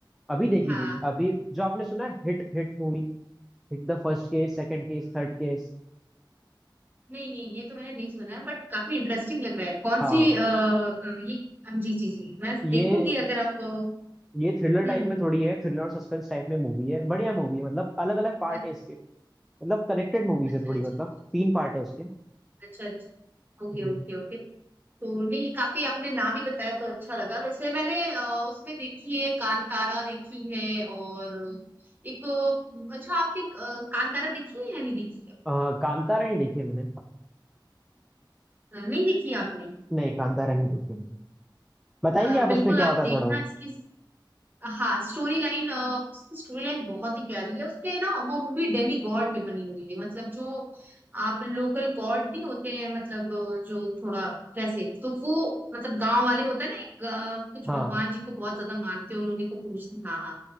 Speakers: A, in the centre; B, on the right.
A: अभी देखी
B: हाँ
A: थी अभी जो आपने सुना है hit hit movie hit the first case second case third case
B: नहीं नहीं ये तो मैंने नहीं सुना है बट काफी इंटरेस्टिंग लग रहा है कौन
A: हाँ
B: सी आ, ये हम- जी जी जी मैं
A: ये
B: देखूंगी अगर आप हम्म
A: ये थ्रिलर
B: हम्म,
A: टाइप
B: हम्म।
A: में थोड़ी है थ्रिलर और सस्पेंस टाइप में मूवी है बढ़िया मूवी है मतलब अलग अलग पार्ट
B: अच्छा
A: है इसके मतलब कनेक्टेड मूवीज
B: अच्छा
A: है थोड़ी
B: अच्छा
A: मतलब
B: अच्छा
A: तीन पार्ट है उसके
B: अच्छा अच्छा, अच्छा। Okay
A: हम्म।
B: okay okay तो नहीं काफी आपने नाम ही बताया तो अच्छा लगा वैसे मैंने अ, उसमें देखी है कांतारा देखी है और एक अ, अच्छा आपने अ, कांतारा देखी है या नहीं देखी
A: आ, कांतारा नहीं देखी है मैंने
B: है अ, नहीं देखी है आपने
A: नहीं कांतारा नहीं देखी है मैंने बताएंगे
B: अ,
A: आप
B: बिल्कुल
A: उसमें क्या
B: आप
A: होता है
B: देखना
A: थोड़ा बहुत
B: इसकी हाँ स्टोरी लाइन उसकी स्टोरी लाइन बहुत ही प्यारी है उसपे ना वो मूवी डेमी गॉड पे बनी हुई है मतलब जो आप लोकल गॉड नहीं होते हैं मतलब अ, जो थोड़ा वैसे तो वो मतलब गांव वाले होता है ना एक अ, कुछ
A: हाँ
B: भगवान जी को बहुत ज्यादा मानते हैं उन्हीं को पूछते हैं हाँ हाँ